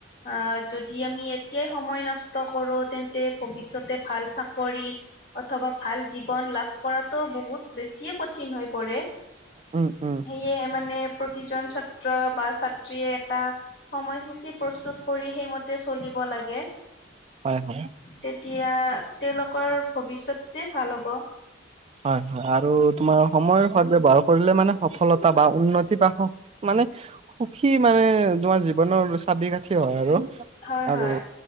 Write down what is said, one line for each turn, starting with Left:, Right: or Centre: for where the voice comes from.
Left: অ যদি আমি এতিয়াই সময় নষ্ট কৰো তেন্তে ভৱিষ্যত যতে ভাল চাকৰি অথবা ভাল জীৱন লাভ কৰাতটো বহুত বেছিয় কঠিন হয়। কৰে
Right: উম উম
Left: সেয়ে মানে প্ৰতিজন ছাত্ৰ ত্ৰ বা ছাত্ৰীয়ে এটা সময়সূচী প্ৰস্তুত কৰি সেইম চলিব লাগে।
Right: হয় হয়।
Left: তেতিয়া তেওঁলোকৰ ভৱিষ্যতে ভাল হব।
Right: হয় হয় আৰু তোমাৰ সময়ৰ সদ ব্যৱহাৰ কৰিলে মানে সফলতা বা উন্নতি তি সুখ মানে সুখী মানে তোমাৰ জীৱনৰ চাবি কাঠি হয় আৰু
Left: হয়
Right: আৰু
Left: হয়